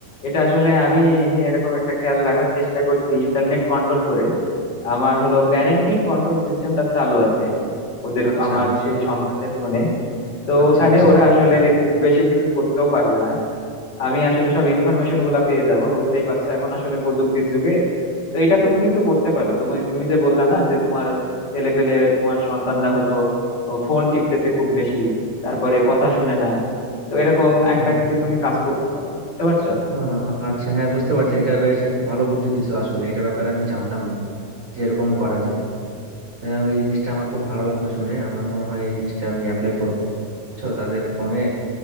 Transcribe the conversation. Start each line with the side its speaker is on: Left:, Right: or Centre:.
Left: এটা আসলে আমি এরকম একটা খেয়াল রাখার চেষ্টা করছি ইন্টারনেট কন্ট্রোল করে আমার হলো প্যারেন্টিং কন্ট্রোল সিস্টেমটা চালু আছে ওদের
Right: আচ্ছা
Left: আমার সেই সন্তানদের ফোনে তো
Right: আচ্ছা
Left: ওখানে
Right: আচ্ছা
Left: ওরা আসলে খুব বেশি কিছু করতেও পারবে না আমি আসলে সব ইনফরমেশন গুলা পেয়ে যাব বুঝতেই পারছো এখন আসলে প্রযুক্তির যুগে তো এটা তুমি কিন্তু করতে পারো তুমি তুমি যে বললা না যে তোমার ছেলে পেলে তোমার সন্তানরা হলো ফোন টিপতেছে খুব বেশি তারপরে কথা শুনে না তো এরকম একটা
Right: হ্যাঁ,
Left: কিন্তু তুমি কাজ করতে পারো বুঝতে পারছো
Right: আহ, আচ্ছা হ্যাঁ বুঝতে পারছি এটা বেশ একটা ভালো বুদ্ধি দিছো আসলে এটা ব্যাপারে আমি জানতাম না যে এরকমও করা যায় যাই হোক, এই জিনিসটা আমার খুব ভালো লাগলো শুনে আমার মনে হয় এই জিনিসটা আমি অ্যাপ্লাই করবো বুঝছো তাদের ফোনে